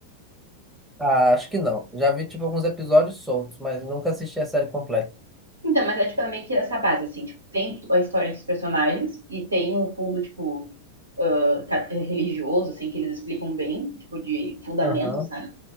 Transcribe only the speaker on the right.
Então, mas é, tipo, é meio que nessa base, assim. Tipo, tem a história dos personagens e tem um fundo, tipo, ah, ca- religioso, assim, que eles explicam bem, tipo, de fundamentos,
né?